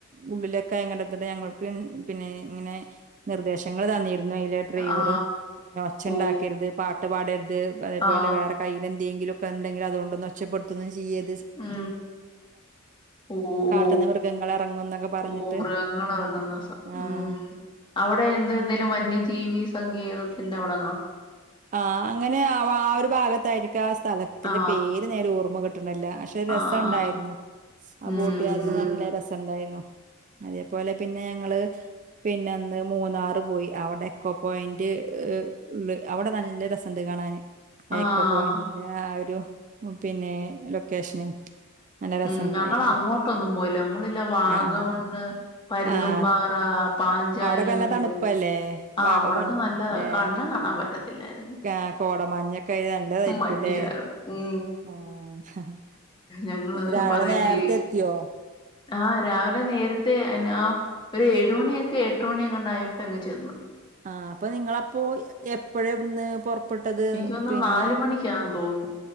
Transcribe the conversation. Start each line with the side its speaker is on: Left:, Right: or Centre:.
Right: ഉള്ളിലൊ കയ കണ്ടത്തിട്ട് ഞങ്ങൾക്ക് പിന്നെ ഇങ്ങനെ നിർദ്ദേശങ്ങൾ തന്നി അ ഡ്രൈവർ
Left: ആ
Right: പിന്നെ ഒച്ച ഉണ്ടാക്കരുത്
Left: ഓ
Right: പാട്ട് പാടരു അതേപോലെ
Left: ആ
Right: വേറെ കയ്യിൽ എന്തെങ്കിലും എന്തെങ്കില അതുകൊന്ന് ഒെപ്പെടുത്തുന്നു ചെയ്യ
Left: ഉ ഓ
Right: കാട്ട്ന്ന്
Left: ഓ
Right: മൃഗങ്ങൾ ഇറങ്ങും എന്നൊക്കെ പറഞ്ഞിട്ട്
Left: ഓ മൃഗങ്ങ
Right: അങ്ങനെ
Left: ഇറങ്ങുന്ന
Right: ആഹ്
Left: ഉം അവിടെ എന്ത എന്തേിലും വന്യജീവി സങ്കേതത്തിന്റെ അവിടെ
Right: ആഹ അങ്ങനെ ആ ആ ഒരു ഭാഗത്തായിരിക്കാം ആ സ്ഥലത്തിന്റെ
Left: ആ
Right: പേര് നേരെ ഓർമ്മ കിട്ടണില്ലക്ഷെ
Left: ആ
Right: രസം ഉണ്ടായിരുന്നു
Left: ആ
Right: ആ
Left: ഉം
Right: പൂട്ടിയ നല്ല രസ ഇണ്ടായിരുന്നു അതേപോലെ പിന്നെ ഞങ്ങള് പിന്നെന്ന് മൂന്നാറ് പോയി അവിടെ എക്കോ പോയിന്റ് ഉള്ള അവിടെ നല്ല രസംുണ്ട് കാണാന്
Left: ആ
Right: ക്കോ പോയിന്റിന്റെ ആ ഒരു പിന്നെ ലൊക്കേഷന് നല്ല രസണ്ടായിരുന്നു
Left: ഉം ഞങ്ങ അങ്ങോട്ടൊന്നും പോയിില്ല നമ്മളില്ല വാഗമണ്ണ്
Right: ആഹ്
Left: പരുന്തും
Right: ആഹ്
Left: പാറ പാഞ്ചാലി
Right: അവിടൊക്കെ നല്ല
Left: മേട്
Right: തണുപ്പല്ലേ
Left: ആ
Right: വാഗമണ്ണ്
Left: അവിടൊക്കെ നല്ല
Right: ല്ലേ
Left: കണ്ണ് കാണാൻ പറ്റത്തില്ലായിരുന്നു
Right: ആ കോടമഞ്ഞൊക്കെ ആയി നല്ലതായിരിക്കുംല്ലേ
Left: മഞ്ഞുകാരണം ഉ
Right: ആഹ്
Left: ഉം
Right: രാവിലെ
Left: പറ
Right: നേരത്തെ
Left: ചെയ
Right: എത്തിയോ?
Left: ആ രാവിലെ നേരി മ അെ ആ ഒരു ഏഴ മണിയൊക്കെ എട്ട് മണി അങ്ങണ്ടായപ്പോ എങ്ങങ് ചെന്നു
Right: ആഹ അപ്പൊ നിങ്ങള അപ്പോൊ എപ്പഴ എവിടുന്ന് പുൊറപ്പെട്ടത്
Left: എനിക്ക് തോന്നുന്നു
Right: പിന്നെ
Left: നാല് മണിക്കാന്ന് തോന്നുന്നു